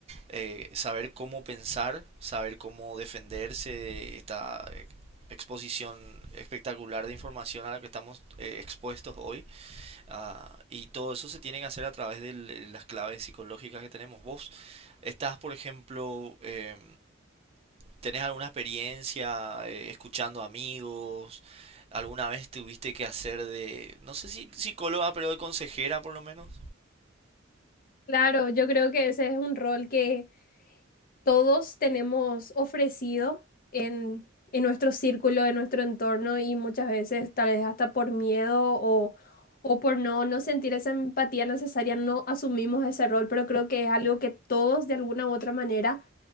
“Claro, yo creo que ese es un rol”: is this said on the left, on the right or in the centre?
Left